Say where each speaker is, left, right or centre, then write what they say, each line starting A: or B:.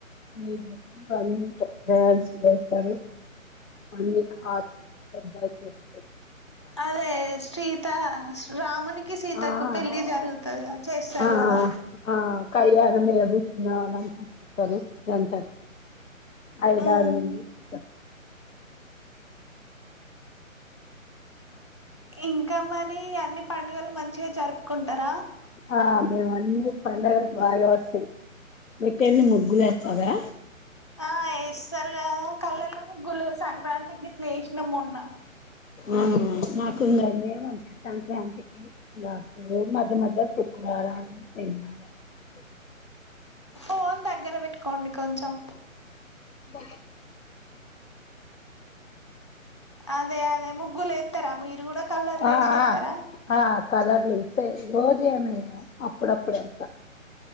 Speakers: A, on the left (about 70°); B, on the left (about 20°).
A: మూజిక్ అన్నీ ఉంటాయ్. డ్యాన్సులేస్తారు. అన్ని హట్ పెద్ద <inaudible>
B: అదేస్ శీత స్ రామునిక్ కి సీతకు
A: ఆ
B: పెళ్లి జరుగుతది గా చేస్తారు
A: ఆ
B: గదా
A: ఆ కయ్యాల <unintelligible> జంట ఐదుగుఆరుగురు
B: మ్మ్
A: కుసుంట
B: ఇంగ్ గా మరి అన్ని పండుగలు మంచిగా జరుప్ కుంటార
A: ఆ మేము అన్నీ పండగలు బా జెస్సాయ్. మీకేన్ని ముగ్గులేస్తదా
B: ఆ ఎస్తరు కదా కలర్ల ముగ్గులు సంక్రాంతికి విశ్లేషణం మొన్న <inaudible> నా
A: ఆ మాకుంద ఏమన్న సంక్రాంతి కి రాపు మధ్య మధ్య శుక్రవారం శనివారం అ
B: ఫోన్ దగ్గర పెట్టుకోండి కొంచెం
A: బ
B: అదే అదే ముగ్గులు ఎత్తర మీరు కూడా కలర్లు
A: ఆ
B: వసిస్తారా
A: ఆ ఆ కలర్లు సే రోజు ఏమీ వెయ్యం అప్పుడప్పుడు వేస్తా